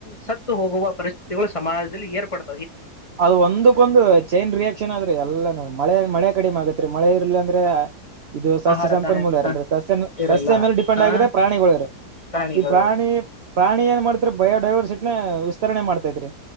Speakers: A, on the left; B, on the right.
A: ಸತ್ತು ಹೋಗುವ ಪರಿಸ್ಥಿತಿಗಳು ಸಮಾಜದಲ್ಲಿ ಏರ್ಪಡ್
B: ಅದು ಒಂದಕ್ಕೊಂದು ಚೈನ್ ರಿಯಾಕ್ಷನ್ ಆದ್ರೆ ಎಲ್ಲ ನಾವು ಮಳೆ ಮಳೆ ಕಡಿಮೆ ಆಗತ್ರಿ ಮಳೆ ಇರ್ಲಿ ಅಂದ್ರೆ ಇದು ಸಸ್ಯ
A: ಆಹಾರ
B: ಸಂಪನ್ಮೂಲ
A: ತಾನೇ
B: ಇರಲ್ ಸಸ್ಯ
A: ಇರಲ್ಲ
B: ಸಸ್ಯ ಮೇಲೆ ಡಿಪೆಂಡ್
A: ಆ
B: ಆಗಿದ್ರೆ ಪ್ರಾಣಿಗಳು ಇ
A: ಪ್ರಾಣಿಗಳು
B: ಈ ಪ್ರಾಣಿ ಪ್ರಾಣಿ ಏನ್ ಮಾಡ ಬಯೋಡೈವರ್ಸಿಟ ನ ವಿಸ್ತರಣೆ ಮಾಡ್ತಾ ಇದ್ರರಿ